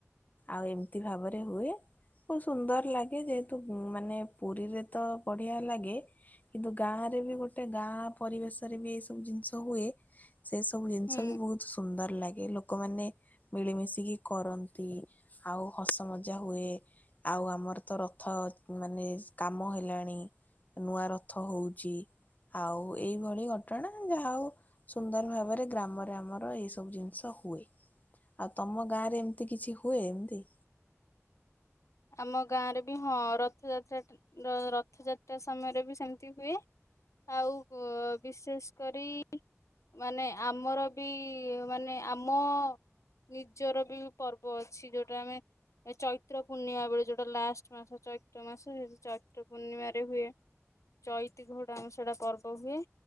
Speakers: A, on the left (about 35°); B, on the left (about 75°).
A: ଆଉ ଏମତି ଭାବରେ ହୁଏ। ବହୁତ୍ ସୁନ୍ଦର ଲାଗେ। ଯେହେତୁ ମାନେ ପୁରୀରେ ତ ବଢିଆ ଲାଗେ। କିନ୍ତୁ, ଗାଁ ରେ ବି ଗୋଟେ ଗାଁ ପରିବେଶ ରେ ବି ଏଇ ସବୁ ଜିନିଷ ହୁଏ। ସେ ସବୁ ଜିନିଷ
B: ହୁଁ
A: ବି ବହୁତ୍ ସୁନ୍ଦର ଲାଗେ। ଲୋକମାନେ ମିଳିମିଶିକି କରନ୍ତି, ଆଉ ହସ ମଜା ହୁଏ। ଆଉ ଆମର ତ ରଥ ମାନେ କାମ ହେଲାଣି। ନୂଆ ରଥ ହଉଚି। ଆଉ ଏଇଭଳି ଘଟଣା। ଯାହା ହଉ ସୁନ୍ଦର ଭାବରେ ଗ୍ରାମରେ ଆମର ଏଇ ସବୁ ଜିନିଷ ହୁଏ। ଆଉ ତମ ଗାଁ ରେ ଏମିତି କିଛି ହୁଏ, ଏମତି?
B: ଆମ ଗାଁ ରେ ବି ହଁ ରଥଯାତ୍ରା ଟା ର ରଥଯାତ୍ରା ସମୟରେ ବି ସେମତି ହୁଏ। ଆଉ ବିଶେଷ କରି ମାନେ ଆମର ବି ମାନେ ଆମ ନିଜର ବି ପର୍ବ ଅଛି, ଯୋଉଟା ଆମେ ଚୈତ୍ର ପୂର୍ଣ୍ଣିମା ବେଳେ ଯୋଉଟା ଲାଷ୍ଟ ମାସ ଚୈତ୍ର ମାସ, ହେ ଚୈତ୍ର ପୂର୍ଣ୍ଣିମାରେ ହୁଏ। ଚଇତି ଘୋଡା ଆମର ସେଟା ପର୍ବ ହୁଏ।